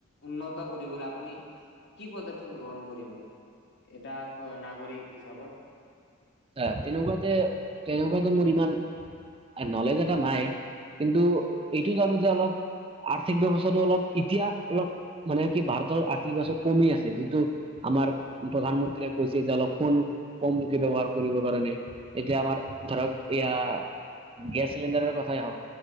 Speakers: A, on the left; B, on the right.
A: উন্নত কৰিবলৈ আপুনি। কি পদক্ষেপ গ্ৰহণ কৰিব এটা নাগৰিক হিচাপত।
B: আহ তেনেকুৱাতে তেনেকুৱাতে মোৰ ইমান নলেজ এটা নাই। কিন্তু
A: আচ্ছা।
B: এইটো জানো যে অলপ আৰ্থিক ব্যৱস্থাটো অলপ এতিয়া অলপ মানে কি ভাৰতৰ আৰ্থিক ব্যৱস্থা কমি আছে যিটো আমাৰ আমাৰ প্ৰধানমন্ত্ৰীয়ে কৈছে যে অলপ ফোন কমকে ব্যৱহাৰ। কৰিব কাৰণে এতিয়া আমাৰ ধৰক এয়া গেছ চিলিণ্ডাৰৰ কথাই হওঁক।